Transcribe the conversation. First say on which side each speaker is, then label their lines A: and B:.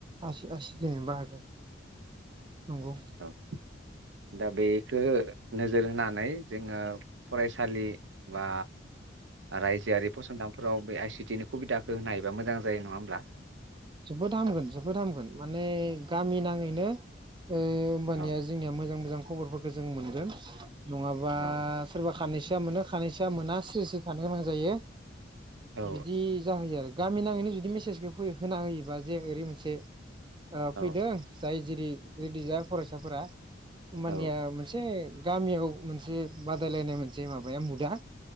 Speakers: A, on the right (about 25°); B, on the right (about 75°).
A: आसि आसि देनिनो बाहागो। नंगौ।
B: औ दा बेखो नोजोर होनानै जोङो फरायसालि बा रायजोआरि फसंदान फ्राव बे आइ सिटि नि खुबिदाखौ होनो हायोबा मोजां जायो नङा होमब्ला?
A: जोबोद हामगोन जोबोद हामगोन माने गामि नाङैनो ओ होनबानि
B: औ
A: जोंनिया मोजां मोजां खबरफोरखौ जों मोनगोन नङाबा
B: औ
A: सोरबा खानैसोया मोनो खानैसोया मोना सिरि स्रि थानो गोनां जायो।
B: औ
A: बिदि जाहैयो आरो गामि नाङैनो जुदि मेसेजखौ फै होयो बा जे ओरै मोनसे ओ
B: औ
A: फैदों जाय जेरि रेडि जा फरायसा फोरा होमबानिया
B: औ
A: मोनसे गामियाव मोनसे बादाय लायनाय मोनसे माबाया मुद आ